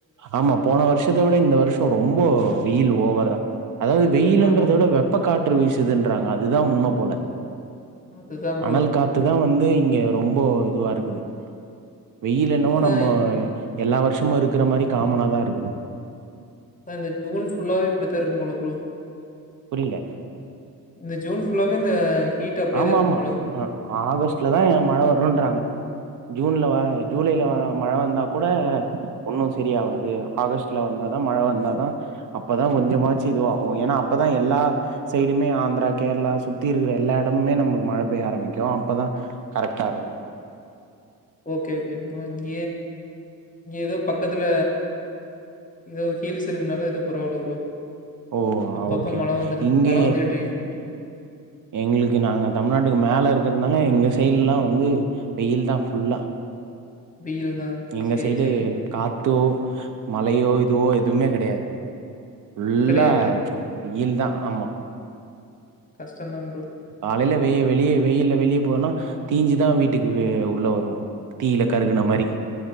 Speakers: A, on the right; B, on the left.
A: ஆமா போன வருஷத்தை விட இந்த வருஷம் ரொம்ப வெயில் ஓவர் தான் அதாவது வெயில்ன்றதோட
B: ஆமா ப்ரோ
A: வெப்ப காற்று வீசுத துன்றாங்க அதுதான் உண்மை போல
B: அதுதா ப்ரோ
A: அனல் காத்துதான் வந்து இங்க ரொம்ப அதுவா இருக்குது வெயில் என்னமோ
B: அதா
A: நம்ம எல்லா வருஷம் சும்மா இருக்கிற மாதிரி காமன தான் இருக்குது
B: இந்த ஜூன் ஃபுல்லாவே இப்டித் இருக்கும் போல ப்ரோ
A: புரியில
B: இந்த ஜூன் ஃபுல்லாவே இந்த ஹீட் அப்டியேதா
A: ஆமா
B: இருக்கும்
A: ஆமா
B: போல
A: ஆகஸ்ட்லதான் ஆ மழை வரும்ன்றாங்க ஜூன்லவார ஜூலையில
B: ம்
A: மழை வந்தா கூட ஒன்னும் சரியவாது ஆகஸ்ட்ல வந்தாதான் மழை வந்தாதான் அப்பதான் கொஞ்சமாச்சும் இது ஆகும் ஏன்னா அப்பதான் எல்லா சைடுமே ஆந்திரா கேரளா சுத்தி இருக்கிற எல்லா இட டமே நமக்கு மழை பெய்ய ஆரம்பிக்கும் அப்பதான் கரெக்ட்டா இருக்கும்
B: ஓகே ஓகே ப்ரோ இங்க இங்க ஏதோ பக்கத்துல ஏதோ ஹீல்ஸ் இருக்குனால ஏதோ பரவாயில்ல ப்ரோ
A: ஓ
B: அப்பப்ப
A: ஓகே
B: மழ வந்துட்டு
A: இங்கே
B: மழ வந்து எட்டு எட்டு
A: எங்களுக்கு நாங்க தமிழ்நாட்டுக்கு மேல இருக் இருகுறதுனால எங்க சைடு ல்லா வந்து வெயில் தா ஃபுல்லா
B: வெயில் தா
A: எங்க
B: சேரி
A: சைடு
B: சேரிங்க
A: காட் த்தோ மழயோ இதுவோ எதுமே கெடயாது புல்லா
B: கெடையாது
A: வெயில் தா ஆமா
B: கஷ் தா ப்ரோ
A: காலையில வெய வெளியே வெயில வெளியே போனா தீஞ்சுதா வீட்டுக்கு உள்ள வருவோம் தீயில கருகுன மாரி